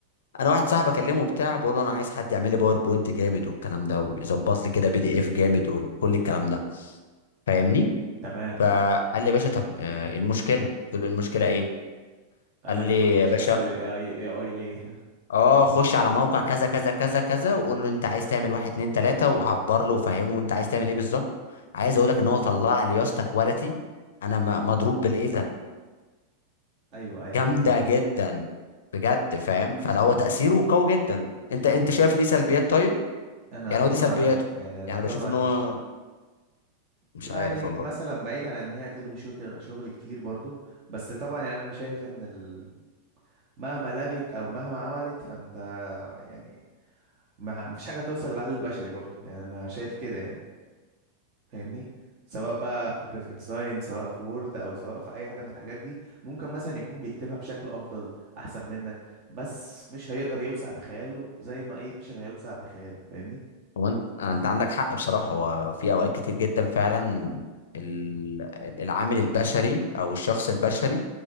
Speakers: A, on the left; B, on the right.
A: انا واحد صاحبي اكلمه وبتاع بقول له انا عايز حد يعمل لي باوربوينت جامد والكلام ده ويظبط لي كده بي دي اف جامد وكل الكلام ده فاهمني
B: تمام
A: فقال لي يا باشا طب آه، إيه المشكله قلت له المشكله ايه
B: قال
A: قال لي
B: لك ما قلتش
A: يا باشا
B: مثلا الاي اي اي إيه اي ليه
A: اه خش على موقع كذا كذا كذا كذا وقول له انت عايز تعمل واحد اتنين تلاته وعبر له وفهمه انت عايز تعمل ايه بالظبط عايز اقول لك ان هو طلع لي يا اسطى كواليتي انا م- مضروب بالايه ده
B: <laughs> ايوه ايوه
A: جامده
B: انا فهمتك
A: جدا بجد فاهم فلا هو تاثيره قوي جدا انت انت شايف ليه سلبيات طيب
B: انا
A: يعني
B: طبعا
A: هو دي سلبياته
B: يعني انا
A: يعني
B: طبعا
A: بشوف ان هو
B: ش-
A: مش
B: يعني
A: عارف والله
B: مثلا بعيدا عن ان هي تلغي شغل شغل كتير برضو بس طبعا يعني انا شايف ان ال... مهما لغت او مهما عملت فانت يعني ما مفيش حاجة توصل للعقل البشري برضو يعني انا شايف كده يعني فاهمني سواء بقى في جرافيك ديزاين سواء في وورد او سواء في اي حاجه من الحاجات دي ممكن مثلا يكون بيكتبها بشكل افضل احسن منك بس مش هيقدر يوسع بخياله زي ما اي بشر هيوسع بخياله فاهمني
A: هو انت انت عندك حق بصراحه هو في اوقات كتير جدا فعلا ال- العامل البشري او الشخص البشري